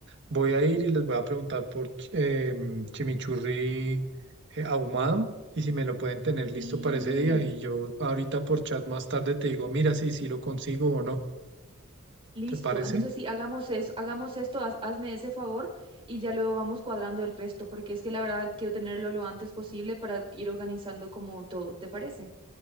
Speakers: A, on the right; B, on the right.
A: Voy a ir y les voy a preguntar por ch- em, chimichurri eh, ahumado y si me lo pueden tener listo
B: Sí,
A: para ese día. Y yo ahorita por chat más tarde te digo, mira, si, si lo consigo o no.
B: listo.
A: ¿Te parece?
B: Entonces sí, hagamos eso, hagamos esto, haz- hazme ese favor y ya luego vamos cuadrando el resto, porque es que la verdad quiero tenerlo lo antes posible para ir organizando como todo, ¿te parece?